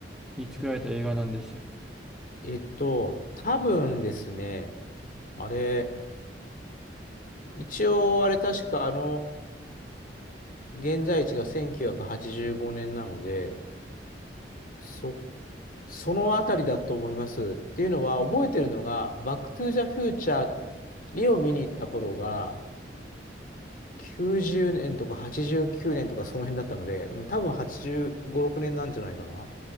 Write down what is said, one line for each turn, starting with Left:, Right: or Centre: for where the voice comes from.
Centre: に作られた映画なんでしたっけ
Left: えっと、多分ですね、あれ、一応あれ確かあの、現在地が1985年なので、そそのあたりだと思います。っていうのは、覚えてるのが、バックトゥーザフューチャーにを見に行った頃が、90年とか89年とかその辺だったので、うん、多分85、6年なんじゃないかな。